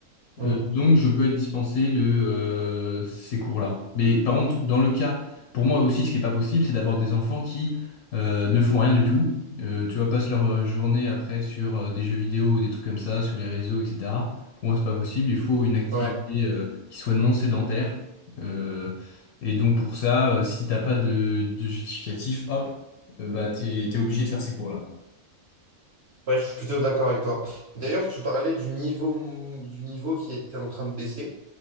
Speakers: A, on the right; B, on the left.
A: Mm.
B: Euh, donc, je peux être dispensé de euh, ces cours-là. Mais par contre, dans le cas, pour moi aussi, ce qui est pas possible, c'est d'avoir des enfants qui euh, ne font rien du tout. Euh, tu vois, passent leur euh, journée après sur euh, des jeux vidéo ou des trucs comme ça, sur les réseaux, etc. Pour moi, c'est pas possible. Il faut une activité
A: Ouais.
B: euh, qui soit non sédentaire. Euh, et donc, pour ça, euh, si t'as pas de, de justificatif, hop, euh, bah, t'es, t'es obligé de faire ces cours-là.
A: Ouais, je suis plutôt d'accord avec toi. D'ailleurs, tu parlais du niveau, du niveau qui était en train de baisser.